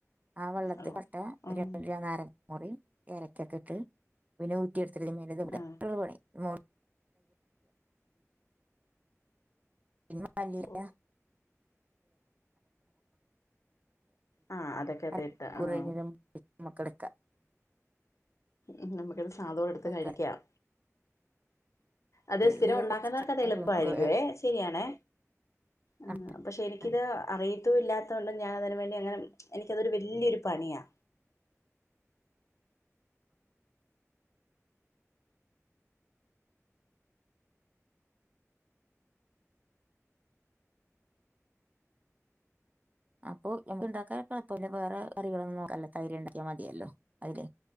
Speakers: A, on the right; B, on the left.
A: ആ വെള്ളത്തിലെക്ക്
B: ഓ
A: ഒരു
B: ഉം
A: നാരങ്ങ മുറി ഏലക്കയൊക്കെ ഇട്ട് പിന്നെ- ഉറ്റിയെടുത്തിട്ട്
B: ആ
A: <unintelligible> <unintelligible> കൊടുക്കുക
B: ഓ ആ അതൊക്കെ
A: അര
B: അതിട്ട്
A: മണിക്കൂർ
B: ആ
A: കയിഞ്ഞു ഞമ്മൾക്ക് എട്ക്കാം
B: ഉം നമ്മുക്കത് സ്വാദോടെ എടുത്തു
A: വെക്കുക
B: കഴിക്കാം അത് സ്ഥിരം
A: ഇതിൽ
B: ഉണ്ടാക്കുന്നോർക്ക്
A: കുറച്ച്
B: അത് എളുപ്പായിരിക്കുവേ
A: കുരുമുളക് ഏ,
B: ശരിയാണ് ആഹ്
A: ആ,
B: പക്ഷെ എനിക്കിത്
A: ആ.
B: അറിയത്തും ഇല്ലാത്ത കൊണ്ട് ഞാൻ അതിന് വേണ്ടി അങ്ങനെ എനിക്കതൊരു വലിയൊരു പണിയാ..
A: അപ്പൊ നമുക്ക് ണ്ടാക്കാൻകുഴപ്പമില്ല വേറെ കറികളൊന്നും നോക്കല്ല തൈര് ഉണ്ടാക്കിയാൽ മതിയല്ലോ അതില്